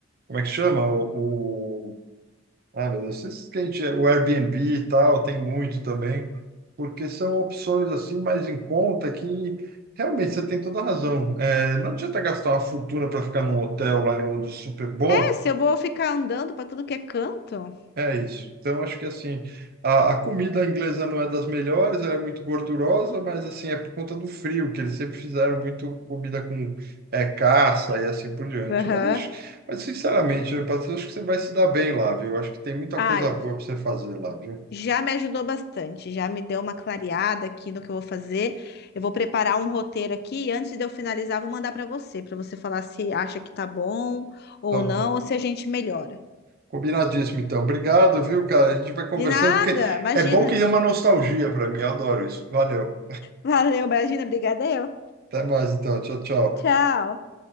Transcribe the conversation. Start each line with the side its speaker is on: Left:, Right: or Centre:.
Right: como é que chama? O, o- ah, meu Deus, esses que a gente, o Airbnb e tal, tem muito também, porque são opções assim mais em conta que realmente você tem toda a razão. É, não adianta gastar uma fortuna para ficar num hotel lá em Londres super bom,
Left: É, se eu vou ficar andando para tudo que é canto.
Right: é isso. Então acho que assim, a, a comida inglesa não é das melhores, ela é muito gordurosa, mas assim, é por conta do frio, que eles sempre fizeram muito comida com é, caça e assim por diante.
Left: Aham.
Right: Mas acho, mas sinceramente, Patrícia, acho que você vai se dar bem lá, viu? Acho que tem muita
Left: Ai,
Right: coisa boa para você fazer lá, viu?
Left: Já me ajudou bastante, já me deu uma clareada aqui no que eu vou fazer. Eu vou preparar um roteiro aqui e antes de eu finalizar, vou mandar para você, para você falar se acha que tá bom ou
Right: Tá bom.
Left: não, ou se a gente melhora.
Right: Combinadíssimo, então. Obrigado, viu, cara? A gente vai conversando,
Left: De nada,
Right: porque
Left: imagina.
Right: é bom que é uma nostalgia para mim. Eu adoro isso. Valeu.
Left: Valeu, imagina, obrigada eu.
Right: Até mais, então. Tchau, tchau.
Left: Tchau.